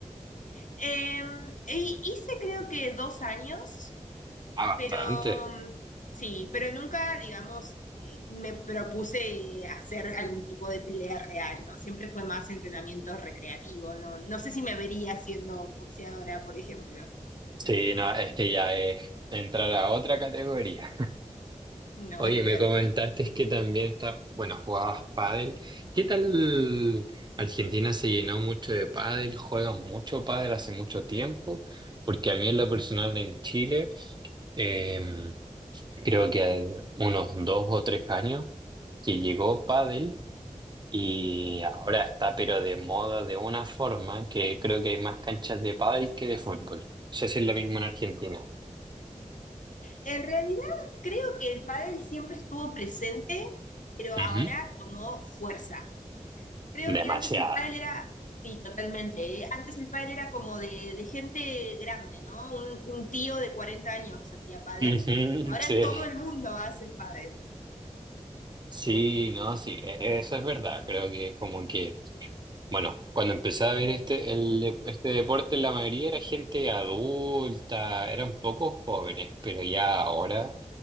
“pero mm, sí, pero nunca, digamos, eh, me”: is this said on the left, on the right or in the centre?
Left